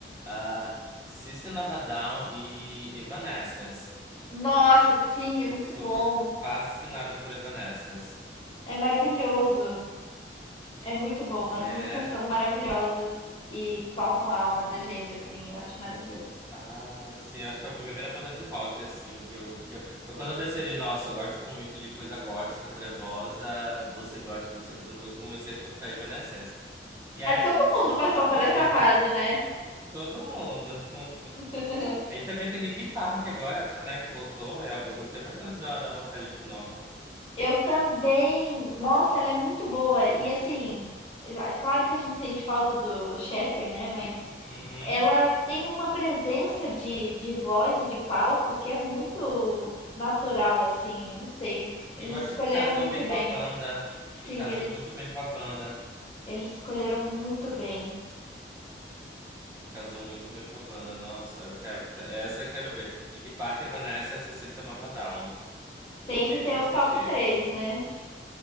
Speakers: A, on the right (about 15°); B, on the left (about 30°).
A: ah System of a Down e Evanescence.
B: Nossa, sim,
A: Eu
B: é muito
A: sou
B: bom.
A: fascinado por Evanescence,
B: É maravilhoso. É muito bom.
A: né?
B: As músicas são maravilhosas e tocam a alma da gente, assim. Eu acho maravilhoso.
A: Ah, sim, acho que foi a primeira banda de rock, assim, que eu, que eu... Foi quando eu decidi, nossa, eu gosto muito de coisa gótica, trevosa, você gótico, você trevoso, eu comecei a escutar Evanescence. E
B: Ah,
A: aí
B: Todo
A: eu comecei
B: mundo
A: a escutar
B: passou por
A: outras,
B: essa fase,
A: né?
B: né?
A: Todo mundo. <laughs>
B: <laughs>
A: Aí também tem Linkin Park agora, né, que voltou. Eu, eu gostei bastante da, da vocalista nova.
B: Eu também. Nossa, ela é muito boa. E assim, é claro que a gente sente falta do Chester, né? Mas
A: Uhum.
B: ela tem uma presença de, de voz e de palco que é muito natural, assim. Eu não sei. Eles
A: E eu achei
B: escolheram
A: que casou
B: muito
A: bem
B: bem.
A: com a banda. E
B: Sim,
A: casou
B: eles,
A: muito bem com a banda.
B: eles escolheram muito bem.
A: Casou muito bem com a banda. Nossa, eu quero... essa eu quero ver. Linkin Park, Evanescence, essa System of a Down.
B: Tem
A: Tenho
B: que ter
A: que
B: o
A: assistir.
B: top três né?